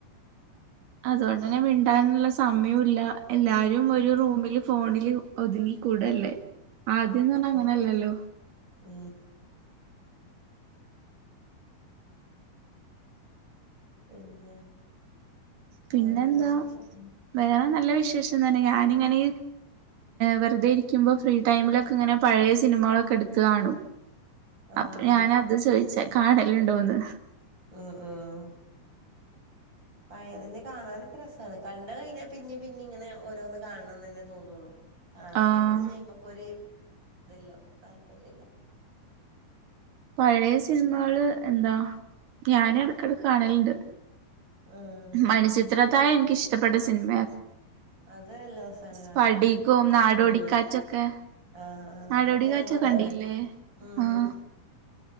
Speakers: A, on the right; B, on the right.
A: അതുകൊണ്ട് തന്നെ വിണ്ടാനുള്ള സമയവും ഇല്ല എല്ലാരും ഒരു
B: ഉം
A: റൂമില് ഫോണില് ഒതുങ്ങി കൂടല്ലേ ആദ്യംന്നും പറഞ്ഞാ അങ്ങനെല്ലല്ലോ
B: ആ പിന്നെ
A: പിന്നെന്താ
B: വേറെന്താ വിശേഷം
A: വേറെ നല്ല വിശേഷം തന്നെ ഞാനിങ്ങനെ വെറുതെ ഇരിക്കുമ്പോ ഫ്രീടൈമിലൊക്കെ ഇങ്ങനെ പഴയ സിനിമകളൊക്കെ എടുത്ത് കാണും
B: ആഹ്
A: അപ്പൊ ഞാാനത് ചോയിച്ച കാണലുണ്ടോന്ന്
B: ഉം ഉം ആ പിന്നെ കാണാനൊക്കെ രസമാണ് കണ്ട കഴിഞ്ഞാൽ പിന്നെ പിന്നെ ഇങ്ങനെ ഓരോന്ന് കാണണംന്ന് തന്നെ തോന്നള്ളു കാണാത്തൊണ്ട്
A: ആഹ്
B: പിന്നെൈമക്കൊരു ഇത് ല്ല ഇപ്പൊ താല്പര്യല്ല
A: പഴയ സിനിമകള് എന്താ ഞാന ഇടക്കിടക്ക് കാണലുണ്ട്
B: ഉം
A: മണചിത്രതാ യം എനിക്ക് ഇഷ്ടപ്പെട്ട സിനിമയ
B: അത് നല്ല രസാണ്
A: സ്പടികോം
B: കാണാന്
A: നാടോടിക്കാറ്റൊക്കെ
B: ഉം ആഹ് ആഹ്
A: നാടോടി
B: അതൊക്കെ ഞാനും
A: കാറ്റ് കണ്ടില്ലേ
B: കണ്ട്ക്ക്ണ് ഉം
A: ആഹ്